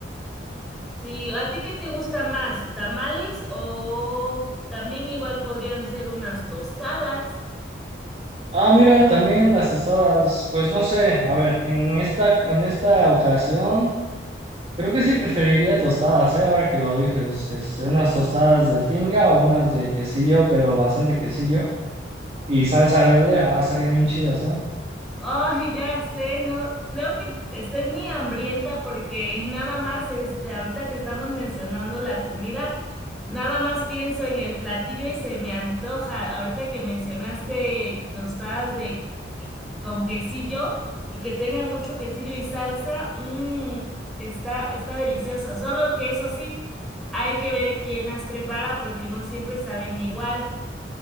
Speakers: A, in the centre; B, on the right (about 30°).
A: Sí, ¿a ti qué te gusta más? ¿Tamales o también igual podrían ser unas tostadas?
B: Ah, mira, también las tostadas, pues no sé, a ver, en esta, en esta ocasión, creo que sí preferiría tostadas, ¿eh? Ahora que lo dices, este, unas tostadas de tinga o unas de quesillo, pero bastante quesillo, y salsa verde, ah, estarían bien chidas, ¿eh?
A: Ay, ya sé, no, creo que estoy muy hambrienta porque <laughs> nada más, este, ahorita que estamos mencionando la comida, nada más pienso en el platillo y se me antoja. Ahorita que mencionaste tostadas de que- con quesillo y que tengan mucho quesillo y salsa, mmm, está, está delicioso. Solo que eso sí, hay que ver quién las prepara porque no siempre saben igual.